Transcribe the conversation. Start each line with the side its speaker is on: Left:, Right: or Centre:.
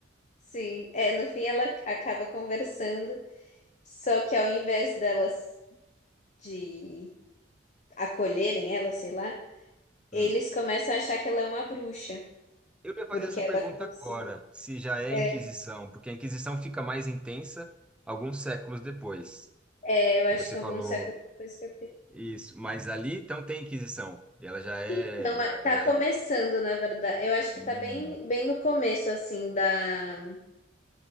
Left: Sim, é, no fim ela acaba conversando, só que ao invés delas de acolherem ela, sei lá, eles
Centre: Hum.
Left: começam a achar que ela é uma bruxa,
Centre: Eu ia fazer
Left: porque
Centre: essa
Left: ela
Centre: pergunta
Left: conseguiu.
Centre: agora, se já é
Left: É,
Centre: a Inquisição, porque a Inquisição fica mais intensa alguns séculos depois.
Left: é, eu acho
Centre: E você
Left: que em
Centre: falou
Left: alguns séculos depois que eu...
Centre: isso, mas ali então tem Inquisição, e ela já é
Left: Então,
Centre: já,
Left: é, tá
Centre: já
Left: começando,
Centre: é
Left: na verdade. Eu acho que
Centre: hum,
Left: tá bem, bem no começo, assim, da...